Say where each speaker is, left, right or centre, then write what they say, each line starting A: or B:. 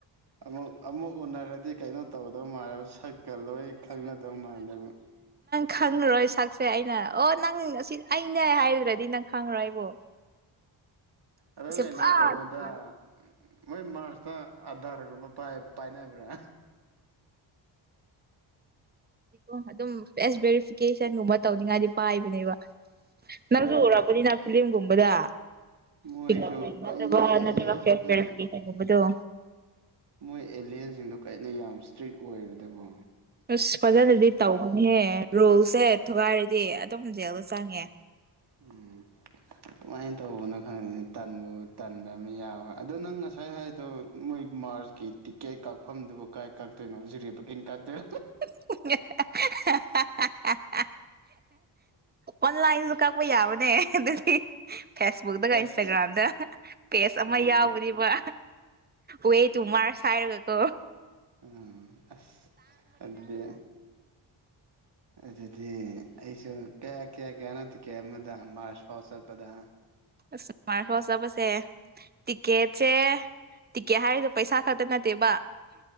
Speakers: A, on the right; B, on the right.
A: ꯑꯃꯨꯛ ꯑꯃꯨꯛ ꯎꯅꯔ ꯗꯨꯗꯤ ꯀꯩꯩꯅꯣ ꯇꯧꯗꯧ ꯃꯥꯜꯂꯕ ꯁꯛꯀ ꯂꯣꯏ ꯈꯪꯅꯗꯧ ꯃꯥꯟꯗꯕ
B: ꯈꯪꯉꯔꯣꯏ ꯁꯛꯁꯦ ꯑꯩꯅ ꯑꯣ ꯅꯪ ꯁꯤ ꯑꯅꯦ ꯍꯥꯏꯗ꯭ꯔꯦ ꯑꯗꯨꯗꯤ ꯅꯪ ꯈꯪꯉ꯭ꯔꯣ ꯑꯩꯕꯨꯣ
A: ꯑ ꯑ ꯀꯩꯅꯣ
B: ꯄꯨꯔꯥ
A: ꯀꯩꯅꯣꯗ
B: ꯇꯣꯉꯥꯜꯂꯦꯕ
A: ꯃꯣꯏ ꯃꯥꯔꯁꯇ ꯑꯙꯔꯒꯨꯝꯕ ꯄꯥꯏꯅꯕ꯭ꯔꯥ
B: ꯣ ꯑꯗꯨꯝꯁ ꯚꯦꯔꯤꯐꯤꯀꯦꯁꯟꯒꯨꯝꯕ ꯇꯧꯅꯤꯡꯉꯥꯏꯗꯤ ꯄꯥꯏꯕꯅꯦꯕ ꯅꯪꯖꯔꯕꯅꯤ ꯅꯁꯤꯂꯝꯝꯒꯨꯝ ꯃꯗꯥ
A: ꯃꯣꯏꯁꯨ
B: ꯁꯤꯁꯤꯡꯄꯦ
A: ꯀꯩꯅꯣ ꯑꯦꯂꯤꯌꯟꯁꯤꯡꯗꯣ ꯃꯣꯏ ꯑꯦꯂꯤꯟꯁꯤꯡꯗꯣ ꯀꯅ ꯌꯥꯝ ꯏꯁꯇ꯭ꯔꯤꯛ ꯑꯣꯏꯕꯇꯕꯨ
B: ꯑꯁ ꯄꯖꯔꯗꯤ ꯇꯥꯎꯅꯦꯦ ꯔꯣꯜꯁꯦ ꯊꯨꯒꯥꯏꯔꯗꯤ ꯑꯗꯨꯝ ꯖꯦꯜꯗ ꯆꯪꯉꯦ
A: ꯝ ꯀꯃꯥꯏꯅ ꯇꯧꯕꯅꯣ ꯈꯪꯉꯅꯤꯅꯦ ꯇꯟꯕꯨ ꯇꯟꯕ ꯑꯃ ꯌꯥꯎꯋꯦ ꯑꯗꯣ ꯅꯪ ꯉꯁꯥꯏ ꯍꯥꯏꯗꯣ ꯃꯣꯏ ꯃꯥꯔꯁꯀꯤ ꯇꯤꯛꯀꯦꯠ ꯀꯛꯐꯝꯗꯨꯕꯨ ꯀꯥꯏ ꯀꯛꯇꯣꯏꯅꯣ ꯍꯧꯖꯤꯔꯤ ꯀꯩ ꯀꯛꯇꯣꯏ
B: <inaudible> ꯑꯣꯟꯂꯥꯏꯟꯁꯨ ꯀꯛꯄ ꯌꯥꯕꯅꯦ ꯑꯗꯨꯗꯤ ꯐꯦꯁꯕꯨꯛꯇꯒ
A: ꯑꯦꯞꯁ
B: ꯏꯟꯁꯇꯥꯒ꯭ꯔꯥꯝꯗ ꯄꯦꯖ ꯑꯃ
A: ꯑꯥ
B: ꯌꯥꯎꯕꯅꯦꯕ ꯋꯦ ꯇꯨ ꯃꯥꯔꯁ ꯍꯥꯏꯔꯒ ꯑ
A: ꯑ ꯑꯁ ꯑꯗꯨꯗꯤ ꯑꯗꯨꯗꯤ ꯑꯩꯁꯨ ꯀꯌꯥ ꯀꯌꯥ ꯀꯌꯥꯅꯣ ꯇꯤꯀꯦꯠ ꯑꯃꯗ ꯃꯥꯔꯁ ꯐꯥꯎ ꯆꯠꯄꯗ
B: ꯑꯁꯃꯥꯏꯅꯆꯕꯁꯦ ꯇꯤꯛꯀꯦꯠꯁꯦ ꯇꯤꯛꯀꯦꯠ ꯍꯥꯏꯔꯤꯗꯣ ꯄꯩꯁꯥ ꯈꯛꯇ ꯅꯠꯇꯦꯕ